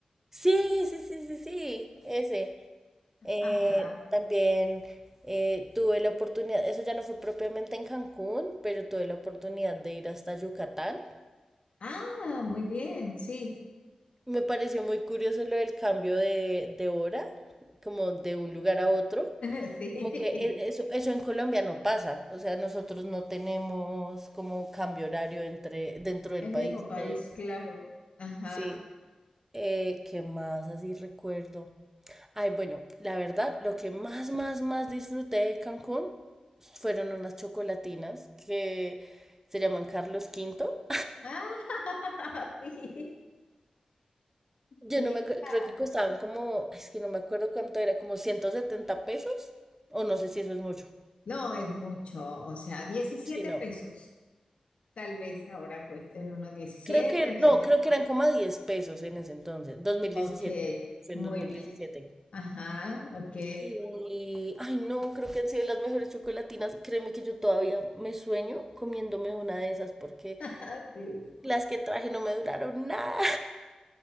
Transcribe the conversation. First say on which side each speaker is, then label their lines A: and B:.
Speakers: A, on the right (about 15°); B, on the left (about 65°).
A: sí, sí, sí, sí, sí, ese. Eh,
B: Ajá.
A: también eh, tuve la oportunidad, eso ya no fue propiamente en Cancún, pero tuve la oportunidad de ir hasta Yucatán.
B: Ah, muy bien, sí,
A: Me pareció muy curioso lo del cambio de, de hora, como de un lugar a otro.
B: <laughs> sí,
A: Como que e- eso, eso en Colombia no pasa. O sea, nosotros no tenemos como cambio horario entre, dentro del
B: el
A: país.
B: mismo país,
A: Todo el-
B: claro. Ajá.
A: Sí. Eh, ¿qué más así recuerdo? Ay, bueno, la verdad, lo que más, más, más disfruté de Cancún fueron unas chocolatinas que se llaman Carlos Quinto.
B: Ah, <laughs> sí.
A: Yo
B: Mira,
A: no me acuerdo, creo que costaban como, es que no me acuerdo cuánto era, como 170 pesos, o no sé si eso es mucho.
B: no es mucho, o sea, diecisiete
A: Sí, no.
B: pesos. Tal vez ahora cuesten unos 17
A: Creo que,
B: 20
A: no, creo
B: pesos.
A: que eran como a 10 pesos en ese entonces, dos mil
B: Ok,
A: diecisiete. fue
B: muy
A: en dos mil
B: bien.
A: diecisiete.
B: Ajá, ok.
A: Y, ay, no, creo que han sido las mejores chocolatinas. Créeme que yo todavía me sueño comiéndome una de esas porque
B: <laughs> Sí.
A: Las que traje no me duraron nada.